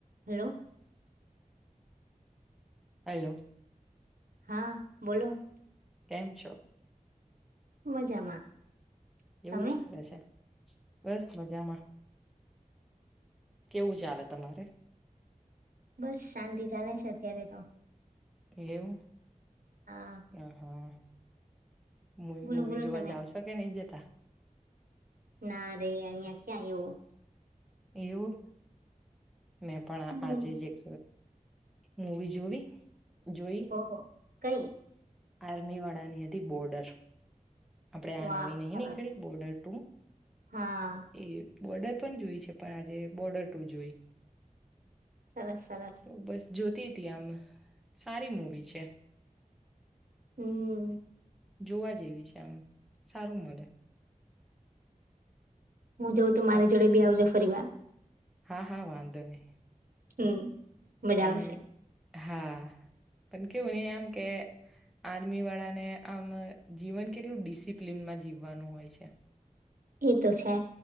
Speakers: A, on the right; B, in the centre.
A: Hello.
B: Hello.
A: હા બોલો.
B: કેમ છો.
A: મજામાં
B: એવું
A: તમે
B: ચાલે છે. બસ મજામાં. કેવું ચાલે તમારે.
A: બસ શાંતિ ચાલે છે અત્યારે તો.
B: લેવ.
A: હા
B: હ હા. મવી
A: બોલો
B: મૂવી
A: બોલો
B: જોવા
A: તમે
B: જાવ છો કે નહી જતા.
A: ના રે અહિયાં ક્યાં આવવું
B: એવું. મેં પણ
A: હમ
B: આજે જ એક. મૂવી જોવી. જોઈ.
A: ઓહો <inaudible>
B: આર્મી વાળાની હતી બોર્ડર આપણેે આ
A: વાહ
B: નવી નહી
A: સરસ
B: નીકળી બોર્ડર ટુ
A: હા
B: એ બોર્ડર પણ જોઈ છે પણ આજે બોર્ડર ટુ જોઈ
A: સરસ સરસ
B: તો બસ જોતી સારી મુવી છે
A: હમ
B: જોવા જેવી છે આમ સારું મળે
A: હું જાઉં તો
B: પણ
A: મારી જોડે બી આવજો પરિવાર
B: હા હા વાંધો નહી
A: હમ મજા
B: પણ
A: આવશે
B: હા પણ કેવું નહી આમ કે આર્મી વાળા ને આમ જીવન કેટલું ડિસિપ્લિનમાં જીવવાનું હોય છે
A: એ તો છે